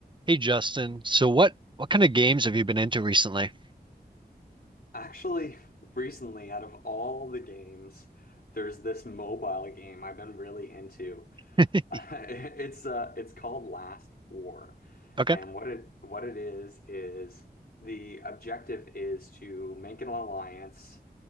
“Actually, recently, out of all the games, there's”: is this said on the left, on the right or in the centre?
Left